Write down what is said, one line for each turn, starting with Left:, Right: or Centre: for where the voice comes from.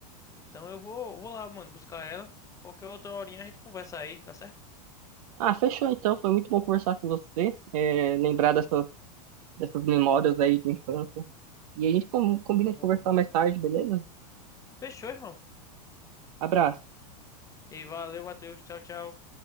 Left: Então eu vou, vou lá, mano, buscar ela. Qualquer outra horinha a gente conversa aí, dá certo?
Right: Ah, fechou então, foi muito bom conversar com você, é, lembrar dessas, dessas memórias aí de infância. E a gente com- combina
Left: Foi
Right: de
Left: bom
Right: conversar
Left: mesmo.
Right: mais tarde, beleza?
Left: Fechou, irmão.
Right: Abraço.
Left: E aí, valeu, Matheus. Tchau, tchau.